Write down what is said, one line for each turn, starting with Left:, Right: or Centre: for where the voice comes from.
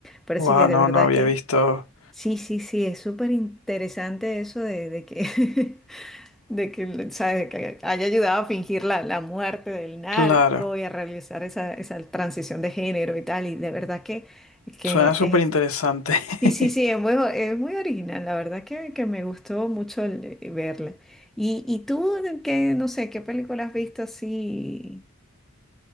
Centre: Parece
Left: Wow,
Centre: que de
Left: no,
Centre: verdad
Left: no había
Centre: que
Left: visto.
Centre: sí, sí, sí, es súper interesante eso de, de que, <laughs> de que, ¿sabes? de que haya ayudado a fingir la, la muerte del narco
Left: Claro.
Centre: y a realizar esa, esa transición de género y tal, y de verdad que, que
Left: Suena súper
Centre: es,
Left: interesante.
Centre: sí,
Left: <laughs>
Centre: sí, sí, es muy, es muy original, la verdad que, que me gustó mucho el- eh, verla. ¿Y, y tú, qué, no sé, qué película has visto así